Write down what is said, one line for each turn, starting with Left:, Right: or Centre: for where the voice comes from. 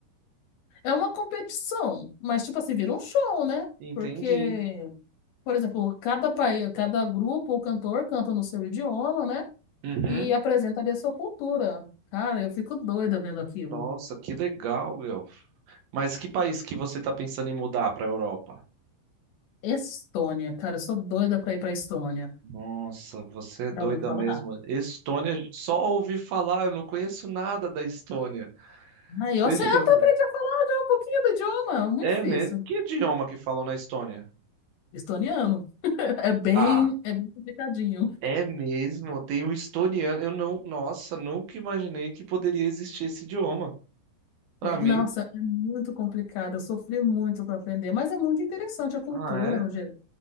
Left: É uma competição, mas tipo assim, vira um show, né?
Right: Entendi.
Left: Porque, por exemplo, cada país, cada grupo ou cantor canta no seu idioma, né?
Right: Uhum.
Left: e apresenta ali a sua cultura. Cara, eu fico doida vendo aquilo.
Right: Nossa, que legal, meu. Mas que país que você tá pensando em mudar para a Europa?
Left: Estônia, cara, eu sou doida pra ir pra Estônia.
Right: Nossa, você é doida
Left: Já ouviu falar?
Right: mesmo. Estônia, só ouvi falar, eu não conheço nada da Estônia.
Left: Aí eu
Right: Deixa
Left: sei,
Right: eu
Left: até
Right: ver.
Left: aprendi a falar já um pouquinho do idioma, muito
Right: É
Left: difícil.
Right: mesmo? Que idioma que falam na Estônia?
Left: Estoniano. <laughs> É bem,
Right: Ah,
Left: é bem complicadinho.
Right: é mesmo? Tem o estoniano. Eu não. Nossa, nunca imaginei que poderia existir esse idioma. Pra
Left: Tem-
Right: mim.
Left: Nossa, é muito complicado. Eu sofri muito para aprender, mas é muito interessante a cultura
Right: Ah, é?
Left: no geral.